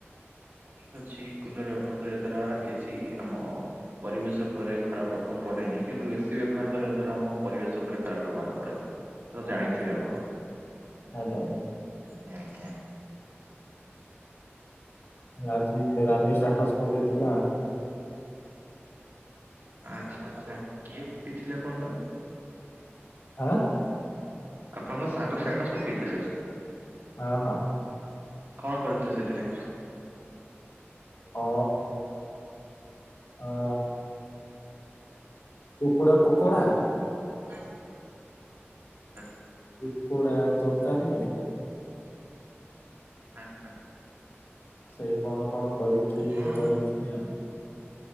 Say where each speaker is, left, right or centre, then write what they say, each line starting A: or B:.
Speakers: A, on the left; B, on the right.
A: <inaudible>
B: ଠିକ ଅଛି କୁଲର ବ୍ୟବହାର କରିବା ଦ୍ଵାରା କିଛି ଆମ ପରିବେଶ ଉପରେ ଖରାପ ପ୍ରଭାବ ପଡେନି। କିନ୍ତୁ ଏସିି ବ୍ୟବହାର କରିବା ଦ୍ଵାରା ଆମ ପରିବେଶ ଉପରେ ଖରାପ ବ୍ୟବହାର ପଡେ। ତ ଜାଣିଥିବେ
A: ଆଜ୍ଞା ଆଜ୍ଞା
B: ଆପଣ
A: ଆଜ୍ଞା ଆଜ୍ଞା।
B: ଆଜ୍ଞା ଆଜ୍ଞା।
A: ଆଜି ରାନୀ ଷ୍ଟାଟସ ପକେଇଥିଲା।
B: ଆଚ୍ଛା ଆଚ୍ଛା କିଏ ପି ଥିଲେ ଆପଣଙ୍କର।
A: ଆଁ।
B: ଆପଣଙ୍କ ସାଙ୍ଗ ଷ୍ଟାଟସ ପକେଇଥିଲେ।
A: ହଁ ହଁ।
B: କଣ କରୁଥିଲେ ସେଥିରେ।
A: ହଁ। ଆ କୁକୁଡା ପୁକରା।
B: ହସ୍। ହ।
A: କୁକୁଡା ତରକାରୀ।
B: ଆଚ୍ଛା।
A: ସେଇ କଣ କଣ କରିକି
B: ହଁ
A: କରିଥି।